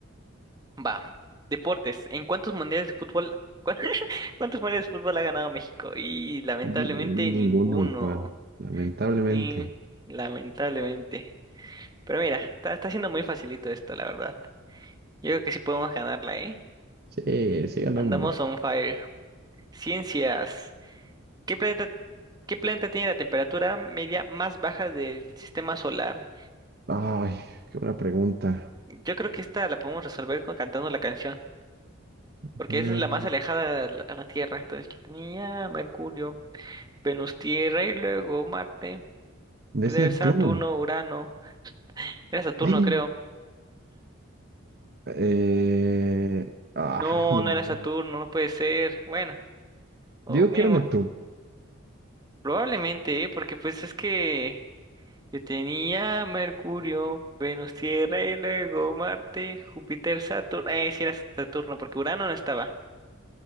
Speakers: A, on the right (about 20°); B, on the right (about 50°).
A: Va. Deportes. ¿En cuántos mundiales de fútbol... cuán- <laughs> ¿Cuántos mundiales de fútbol ha ganado México? Y lamentablemente
B: Ni-
A: ninguno.
B: Ninguno, pa. Lamentablemente.
A: Y lamentablemente. Pero mira, está, está siendo muy facilito esto, la verdad. Yo creo que sí podemos ganarla, ¿eh?
B: Sí, sí ganamos.
A: Andamos on fire. Ciencias. ¿Qué planeta, qué planeta tiene la temperatura media más baja del sistema solar?
B: Ay, qué buena pregunta.
A: Yo creo que esta la podemos resolver co- cantando la canción,
B: Eh,
A: porque esa es la más alejada a la, a la Tierra. Entonces yo tenía Mercurio, Venus, Tierra y luego Marte, Júpiter,
B: Es Neptuno.
A: Saturno, Urano. Era Saturno,
B: ¡Ay!
A: creo.
B: Eh, ah,
A: No,
B: ni
A: no
B: idea.
A: era Saturno, no puede ser. Bueno, o
B: Digo
A: mínimo.
B: que era Neptuno,
A: Probablemente, ¿eh? Porque pues es que yo tenía Mercurio, Venus, Tierra y luego Marte, Júpiter, Saturno. Eh, sí era Saturno, porque Urano no estaba.